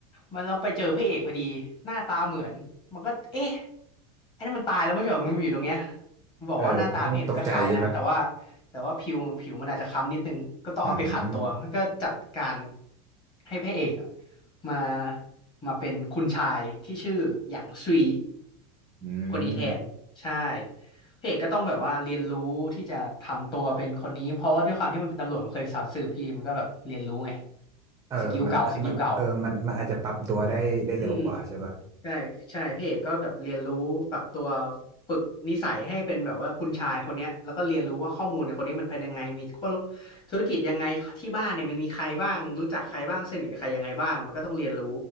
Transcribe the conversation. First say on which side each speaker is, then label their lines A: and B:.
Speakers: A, on the left; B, on the right.
A: มันเราไปเจอพระเอกพอดีหน้าตาเหมือนมันก็เอ๊ะไอ้นั่นมันตายแล้วไม่ใช่เหรอมันมาอยู่ตรงเนี้ยมันบอกว่าหน้าตาพระเอกมันก็คล้ายนะแต่ว่า
B: เออตตกใจใช่ปะ
A: แต่ว่าผิวผิวมันอาจจะค้ำนิดนึงก็ต้องเอาไปขัดตัวมันก็จัดการ
B: อืม
A: ให้พระเอกอะมามาเป็นคุณชายที่ชื่อหยางซุย
B: อื
A: คนนี้แทนใช่
B: ม
A: พระเอกก็ต้องแบบว่าเรียนรู้ที่จะทำตัวเป็นคนนี้เพราะว่าด้วยความที่มันเป็นตำรวจมันเคยสาวสืบพี่มันก็แบบเรียนรู้ไง
B: เออมันมันเออมันมันอาจจะปรับตัวได้ได้เร็วกว่าใช่ปะ
A: สกิลเก่าสกิลเก่าอืม ใช่ใช่พี่เอกก็แบบเรียนรู้ปรับตัวฝึกนิสัยให้เป็นแบบว่าคุณชายคนเนี้ยแล้วก็เรียนรู้ว่าข้อมูลเนี่ยคนนี้มันเป็นยังไงมีคนธุรกิจยังไงที่บ้านเนี่ยมันมีใครบ้างรู้จักใครบ้างสนิทกับใครยังไงบ้างมันก็ต้องเรียนรู้